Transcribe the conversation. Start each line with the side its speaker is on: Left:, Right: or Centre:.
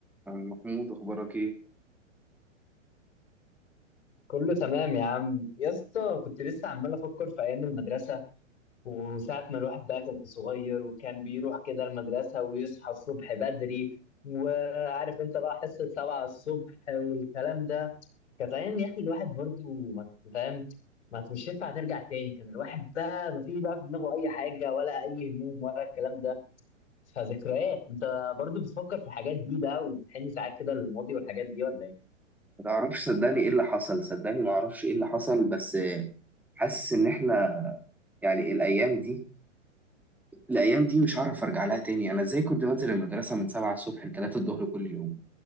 Centre: عم محمود اخبارك ايه
Left: كله تمام يا عم يا اسطى كنت لسه عمال افكر في ايام المدرسه وساعه ما الواحد بقى كان صغير وكان بيروح كده المدرسه ويصحى الصبح بدري وعارف انت بقى حصه سبعة الصبح والكلام ده كانت ايام يا اخي الواحد برضو ما فاهم ما مش ينفع ترجع تاني كان الواحد بقى ما في بقى في دماغه اي حاجه ولا اي هموم ولا الكلام ده فذكريات انت برضو بتفكر في الحاجات دي بقى وبتحن ساعات كده للماضي والحاجات دي ولا ايه
Centre: ما تعرفش صدقني ايه اللي حصل صدقني ما اعرفش ايه اللي حصل بس آه، حاسس ان احنا يعني الايام دي الايام دي مش هعرف ارجع لها تاني انا ازاي كنت بنزل المدرسه من 7 الصبح ل 3 الظهر كل يوم